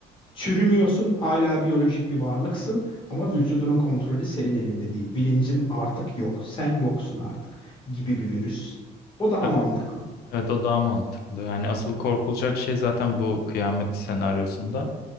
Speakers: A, on the left (about 30°); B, on the left (about 70°).
A: Çürümüyorsun, hala biyolojik bir varlıksın ama vücudunun kontrolü senin elinde değil. Bilincin artık yok, sen yoksun artık gibi bir virüs. O daha
B: E-
A: mantıklı.
B: Evet o daha mantıklı. Yani asıl korkulacak şey zaten bu kıyamet senaryosunda.